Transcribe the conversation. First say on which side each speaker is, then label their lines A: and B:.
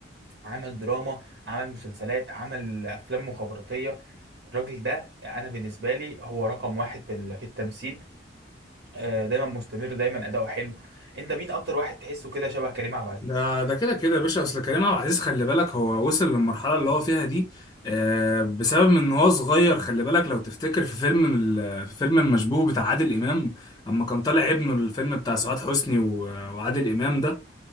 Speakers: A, on the right; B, on the left.
A: عمل دراما عمل مسلسلات عمل افلام مخابراتيه الراجل ده انا بالنسبه لي هو رقم واحد في ال- في التمثيل آه، دايما مستمر دايما اداؤه حلو انت مين اكتر واحد تحسه كده شبه كريم عبد العزيز
B: ده ده كده كده يا باشا اصل كريم عبد العزيز خلي بالك هو وصل للمرحله اللي هو فيها دي آه، بسبب ان هو صغير خلي بالك لو تفتكر في فيلم من ال- في فيلم المشبوه بتاع عادل امام اما كان طالع ابنه الفيلم بتاع سعاد حسني و- وعادل امام ده